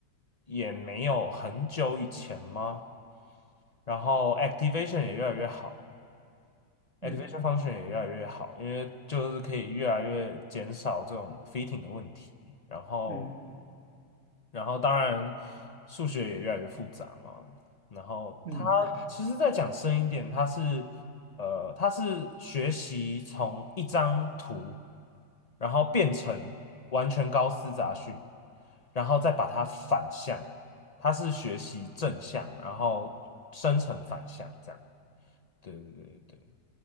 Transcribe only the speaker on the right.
嗯
嗯
嗯，